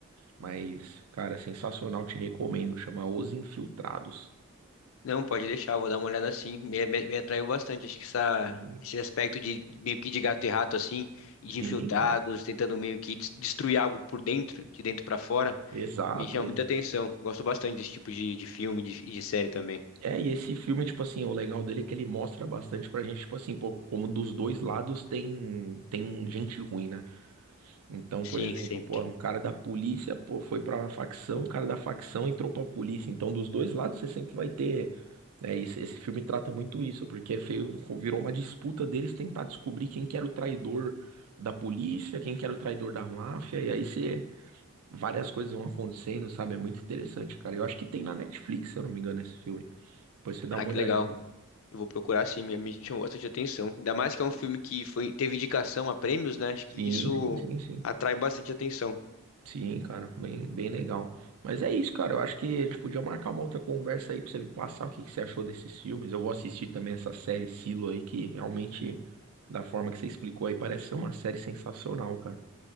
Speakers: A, on the right (about 80°); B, on the left (about 65°).
A: mas, cara, sensacional, te recomendo. Chama Os Infiltrados.
B: Não, pode deixar, vou dar uma olhada assim. Me, me, me atraiu bastante. Acho que essa,
A: Sim,
B: esse aspecto de meio que de gato e rato, assim, e
A: Sim,
B: de infiltrados,
A: cara.
B: tentando meio que des- destruir algo por dentro, de dentro pra fora,
A: Exato.
B: me chama
A: e-
B: muita atenção. Gosto bastante desse tipo de, de filme de- e de, série também.
A: É, e esse filme, tipo assim, o legal dele é que ele mostra bastante pra gente, tipo assim, pô, como dos dois lados tem, tem gente ruim, né? Então,
B: Sim,
A: por exemplo,
B: sempre.
A: pô, um cara da polícia, pô, foi pra facção, o cara da facção entrou pra polícia. Então, dos dois lados, você sempre vai ter. É, isso- esse filme trata muito isso, porque é feio- virou uma disputa deles tentar descobrir quem que era o traidor da polícia, quem que era o traidor da máfia, e aí você, várias coisas vão acontecendo, sabe? É muito interessante, cara. Eu acho que tem na Netflix, se eu não me engano, esse filme. Depois você dá
B: Ah,
A: uma
B: que
A: olhadinha.
B: legal. Eu vou procurar sim, me, me chamou bastante atenção. Ainda mais que é um filme que foi, teve indicação a prêmios, né? Acho que
A: Sim,
B: isso
A: sim, sim, sim.
B: atrai bastante atenção.
A: Sim, cara, bem, bem legal. Mas é isso, cara. Eu acho que a gente podia marcar uma outra conversa aí pra você me passar o que que você achou desses filmes. Eu vou assistir também essa série Silo aí, que realmente, da forma que você explicou aí, parece ser uma série sensacional, cara.